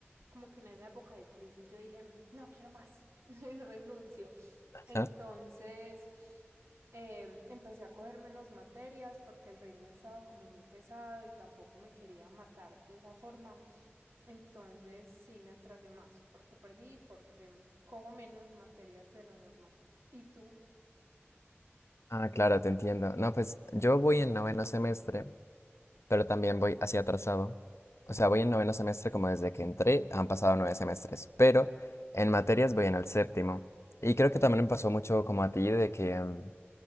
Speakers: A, on the right; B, on the left.
A: como que en esa época de crisis yo dije, no quiero más, <laughs> renuncio. Entonces
B: ¿Ah?
A: eh, empecé a coger menos materias porque el ritmo estaba como muy pesado y tampoco me quería matar de esa forma. Entonces sí me atrasé más porque perdí, porque cojo menos materias de lo normal. ¿Y tú? No
B: Ah, claro, te entiendo. No, pues yo voy en noveno semestre, pero también voy así atrasado. O sea, voy en noveno semestre como desde que entré, han pasado nueve semestres, pero en materias voy en el séptimo. Y creo que también me pasó mucho como a ti de que, em,